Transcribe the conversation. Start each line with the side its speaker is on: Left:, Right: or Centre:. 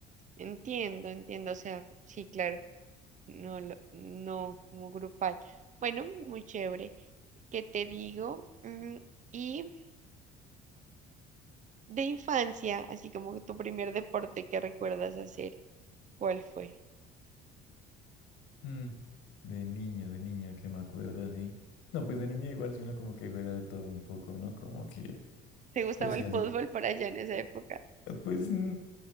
Right: Entiendo, entiendo, o sea, sí, claro, no, lo- no como grupal. Bueno, muy chévere. ¿Qué te digo? Mm, y de infancia, así como que tu primer deporte que recuerdas hacer, ¿cuál fue?
Left: Mm, de niño, de niño, que me acuerdo así. No, pues de niño igual, si uno como que juega de todo un poco, ¿no? Como que,
Right: ¿Te gustaba
Left: pues
Right: el
Left: sí, así.
Right: fútbol por allá en esa
Left: eh,
Right: época?
Left: Pues n-